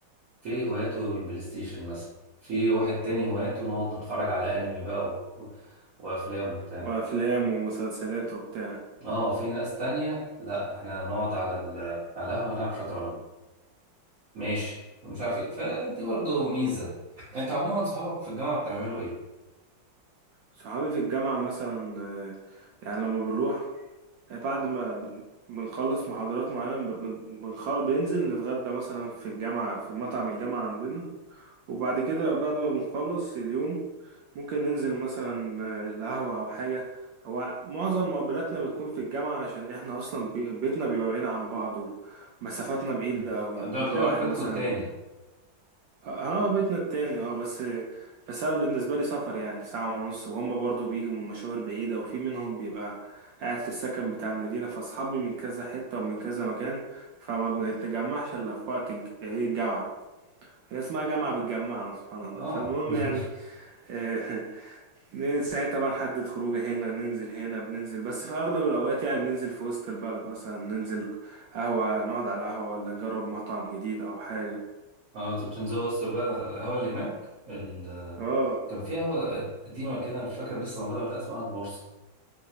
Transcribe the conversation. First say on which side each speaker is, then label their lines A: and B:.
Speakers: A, on the right; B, on the right.
A: في هواياته البلاي ستيشن مثلا في واحد تاني هواياته نقعد نتفرج على انمي بقى و... وافلام وبتاع
B: وأفلام ومسلسلات وبتاع
A: اه في ناس تانية لا احنا هنقعد على ال على القهوة هنلعب شطرنج ماشي ومش عارف ايه فدي برضه ميزة انت عموما صحابك في الجامعة بتعملوا ايه؟
B: صحابي في الجامعة مثلا آه، يعني لما بنروح آه، بعد ما بن- بنخلص محاضرات معينة بن- بنخل... بننزل نتغدى مثلا في الجامعة في مطعم الجامعة عندنا وبعد كده بعد ما بنخلص اليوم ممكن ننزل مثلا آه، القهوة أو حاجة هو معظم مقابلاتنا بتكون في الجامعة عشان احنا أصلا بي- بيتنا بيبقى بعيد عن بعض ومسافاتنا بعيدة أوي يعني
A: ده
B: ممكن
A: يعتبر
B: تلاقي واحد
A: بيتكم
B: مثلا
A: التاني
B: اه آه، بيتنا التاني اه بس بس أنا بالنسبة لي سفر يعني ساعة ونص وهم برضو بيجوا من مشاوير بعيدة وفي منهم بيبقى قاعد في السكن بتاع المدينة فأصحابي من كذا حتة ومن كذا مكان فما بنتجمعش إلا في وقت الج- هي الجامعة هي اسمها جامعة بتجمعنا سبحان الله
A: اه
B: فالمهم
A: <laughs>
B: يعني آه، <laughs> ساعتها طبعا نحدد خروجه هنا ننزل هنا بننزل بس في أغلب الأوقات يعني بننزل في وسط البلد مثلا ننزل قهوة نقعد على قهوة ولا نجرب مطعم جديد أو حاجة
A: اه انتوا بتنزلوا وسط البلد على القهوة اللي هناك ال...
B: اه
A: كان في قهوة قديمة كده مش فاكر لسه موجودة ولا لأ، اسمها البورصة